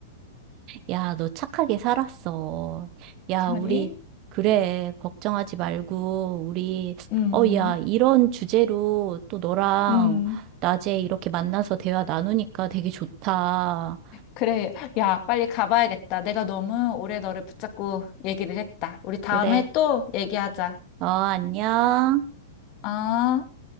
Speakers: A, on the right (about 40°); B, on the left (about 40°).
A: 야, 너 착하게 살았어. 야,
B: 그러니,
A: 우리, 그래, 걱정하지 말고, 우리,
B: 음,
A: 어, 야, 이런 주제로 또 너랑
B: 음.
A: 낮에 이렇게 만나서 대화 나누니까 되게 좋다.
B: 그래. 야, 빨리 가봐야겠다. 내가 너무 오래 너를 붙잡고 얘기를 했다. 우리 다음에
A: 그래,
B: 또 얘기하자.
A: 어, 안녕.
B: 아.